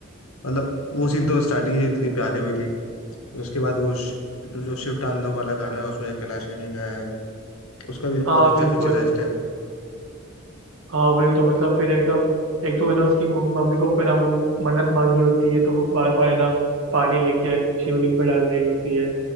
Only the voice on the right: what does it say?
हाँ
बिल्कुल
हाँ वही तो मतलब फिर एक तो एक तो है ना उसकी मम- मम्मी को है ना वो मन्नत मांगी होती है तो वो बार बार है ना पानी लेके शिवलिंग पे डाल रही होती है